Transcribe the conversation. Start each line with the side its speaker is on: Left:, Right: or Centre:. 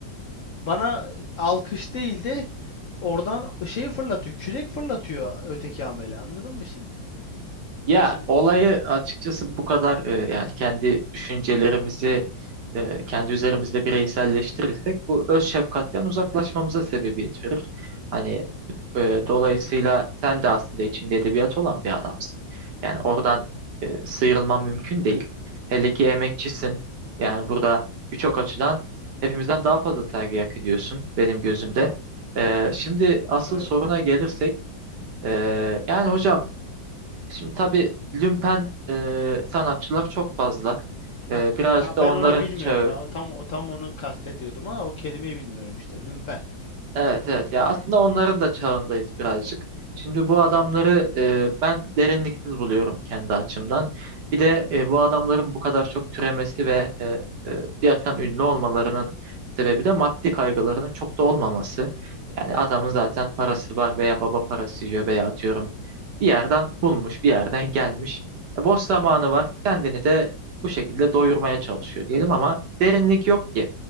Left: Bana e, alkış değil de oradan şey fırlatıyor. Kürek fırlatıyor öteki amele. Anladın mı şimdi?
Right: Ya
Left: E, Şimdi
Right: olayı açıkçası bu kadar e, yani kendi düşüncelerimizi e, kendi üzerimizde bireyselleştirirsek bu öz şefkatten uzaklaşmamıza sebebiyet verir. Hani E, dolayısıyla sen de aslında içinde edebiyat olan bir adamsın. Yani oradan e, sıyrılman mümkün değil. Hele ki emekçisin. Yani burada birçok açıdan hepimizden daha fazla saygı hak ediyorsun benim gözümde. E, şimdi asıl
Left: eyvallah.
Right: soruna gelirsek, e, yani hocam şimdi tabii lümpen e, sanatçılar çok fazla. E,
Left: Hah.
Right: birazcık
Left: Ha,
Right: da
Left: ben
Right: onların
Left: onu bilmiyorum
Right: çağı.
Left: ya. O Tam o tam onu kastediyordum ama o kelimeyi bilmiyorum işte. Lümpen.
Right: Evet evet ya aslında onların da çağındayız birazcık. Şimdi bu adamları e, ben derinliksiz buluyorum kendi açımdan. Bir de e, bu adamların bu kadar çok türemesi ve e, e, bir açıdan ünlü olmalarının sebebi de maddi kaygılarının çok da olmaması. Yani adamın
Left: Aha.
Right: zaten parası var veya baba parası yiyor veya atıyorum bir yerden bulmuş bir yerden gelmiş. E, boş zamanı var kendini de bu şekilde doyurmaya çalışıyor diyelim ama derinlik yok ki.